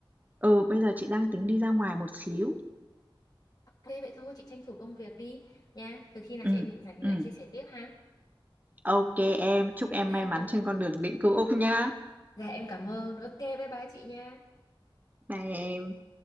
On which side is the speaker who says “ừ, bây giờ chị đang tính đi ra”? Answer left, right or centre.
Right